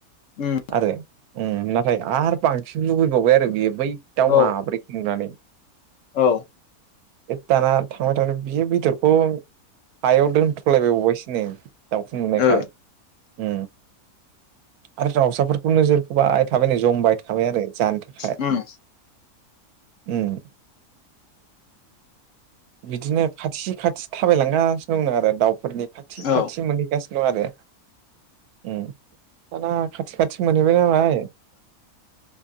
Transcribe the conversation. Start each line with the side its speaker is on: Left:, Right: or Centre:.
Left: उम
Right: आरो नाथाय आरो बांसिन लुबैबावबाय आरो बेयो बै दाव
Left: औ
Right: माब्रै खुंनानै।
Left: औ।
Right: दाना थांबाय थांबाय बि बेदरखौ हायाव दोनथ'लायबायबावबायसोनो। दावफुं नुनायखाय
Left: ओ
Right: उ आरो दाउसाफोरखौ नोजोर फोबाय थाबायनो जमबाय थाबाय आरो जानो थं
Left: उम
Right: ओम बिदिनो खाथि खाथि थाबायलांगासिनो दं नो आरो दाउफोरनि खाथि
Left: औ
Right: खाथि मानि गासिनो दं आरो दाना खाथि खाथि मोनहैबाय नालाय।